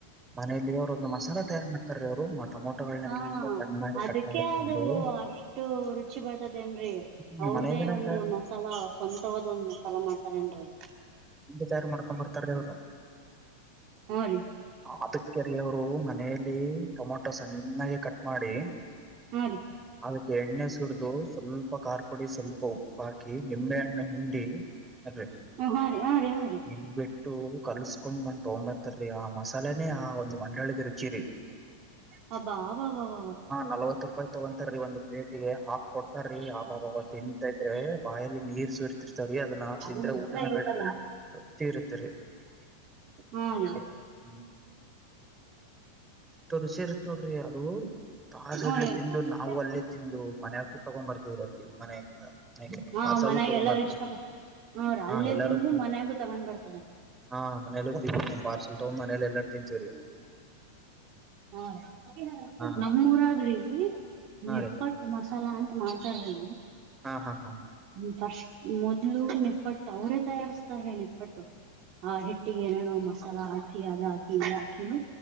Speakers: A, on the right; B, on the right.
A: ಮನೇಲಿ ಅವ್ರ್ ಒ ಮಸಾಲಾ ತಯಾರು ಮಾಡ್ತಾರೀ ಅವರು ಟೊಮೊಟೊಗಳನ್ನೆಲ್ಲ
B: ಹಾ
A: ಸಣ್ಣಗಿ
B: ಅದಕ್ಕೆ
A: ಕಟ್ ಮಾಡ್ಕೊಂಡು.
B: ಅದು ಅಷ್ಟು ರುಚಿ ಬರ್ತತೆ ಏನ್ರರಿ
A: ಹ್ಮ್
B: ಅವ್ರುದೇ
A: ಮನೆಯಿಂದನೇ
B: ಒಂದು
A: ತ-
B: ಮಸ್ತ್ ಸಲ ಸ್ವಂತವಾದ ಒಂದ್ ಮಾಸಲ ಮಾಡ್ತಾರೇನ್ರಿ.
A: ತಯಾರ್ ಮಾಡ್ಕೊ ಬರ್ತಾರ್ ರೀ ಅವರು.
B: ಹ ರೀ
A: ಅದಕೆ ರೀ ಅವರು ಮನೆಯಲ್ಲಿ ಟೊಮೊಟೊ ಸಣ್ಣಾಯಗ್ ಕಟ್ ಮಾಡಿ
B: ಹಾ ರೀ
A: ಅದಕ್ಕೆ ಎಣ್ಣೆ ಸುರುದು ಸ್ವಲ್ಪ ಖಾರ್ ಪುಡಿ ಸ್ವಲ್ಪ ಉಪ್ಪ್ ಹಾಕ್ ಕಿ ನಿಂಬೆಹಣ್ಣ ಹಿಂಡಿ ಅದ್
B: ಹ ಹ ರೀ ಹ್ ರೀ ಹ್ ರೀ
A: ಹಿಂಡ್ ಬಿಟ್ಟು ಕಲ್ಸ್ಕೊಂಡ್ ಮಂಡ್ ತಗೊಬರ್ತಾರೀ ಆ ಮಸಾಲೆನೇ ಆ ಒಂದ್ ಮಂಡಾಳಿಗೆ ರುಚಿ ರೀ.
B: ಹಬ ಹಬ ಬಬಬ
A: ನಲ್ವತ್ತು ರೂಪಾಯ್ ತಗೊಂತಾರೀ ಒಂದು ಪ್ಲೇಟ್ಗೆ ಹಾಕ್ ಕೊಡ್ತಾ ರೀ ಅಬ್ಬಬ್ಬ ತಿಂತ ಇದ್ರೆ ಬಾಯಲ್ಲಿ ನೀರ್ ಸುರಿ ರ್ತವ ರೀ ಅದನ್ನ
B: ಅದು
A: ತಿಂದ್ರೆ
B: ಉಸಿರಾಗ
A: ಊಟನೇ ಬ್ಯಾಡ್
B: ಐತಲ್ಲ
A: ರೀ ರುಚಿ ಇರುತ್ತೆ ರೀ
B: ಹಾ ರೀ
A: ಹ್ಮ್ ಎಷ್ಟು ರುಚಿ ಇರ್ ನೋಡ್ರಿ ಅದು ತಸ್ ಸೈಡ್ಲೆ
B: ಹಾ ರೀ
A: ತಿಂದು ನಾವು ಅಲ್ಲೇ ತಿಂದು ಮನಗೂ ತಗೊಂಡ್ ಬರ್ತೀವ್ರ್ ರೀ ಅಲ್ಲಿ ಮನೆಯಿಂದ
B: ಹಾ
A: ಪಾರ್ಸಲ್
B: ಮನ್ಯಾಗ
A: ತಗೊಂಡ್
B: ಎಲ್ಲಾರ್
A: ಬರ್ತೇವ್ರಿ
B: ಇಷ್ಟ ಪಡ್ ಅವ್ರ
A: ಹಾ
B: ಅಲ್ಲೇ
A: ಎಲ್ಲಾರೂ
B: ತಿಂದು
A: ತಿನ್
B: ಮನ್ಯಾಗು ತಗೊಂಡ್ ಬರ್ತರೆ.
A: ಹಾ ಮನೆಲ್ಲೂ ತಿಂದ್ ಪಾರ್ಸಲ್ ತಗೊ ಮನೆಲ್ಲಿ ಎಲ್ಲರೂ ತಿಂತೀವ್ ರೀ
B: ಹಾ ರೀ
A: ಹಾ
B: ನಮ್ಮೂರ್ ಅಗ್ರಿ
A: ಹಾ
B: ನಿಪ್ಪಟ್
A: ರೀ
B: ಟು ಮಸಾಲ ಅಂತ ಮಾಡ್ತಾರೀ
A: ಹಾ ಹಾ ಹಾ ಹ
B: ಹ್ಮ ಫಸ್ಟ್ ಮೊದ್ಲು ನಿಪ್ಪಟ್ಟು ಅವ್ರೇ ತಯಾರಸ್ತಾ ರೀ ನಿಪ್ಪಟ್ಟು. ಆ ಹಿಟ್ಟಿಗೆ ಏನೇನೋ ಮಸಾಲ ಹಾಕಿ ಅದ್ ಹಾಕಿ ಇದ್ ಹಾಕಿ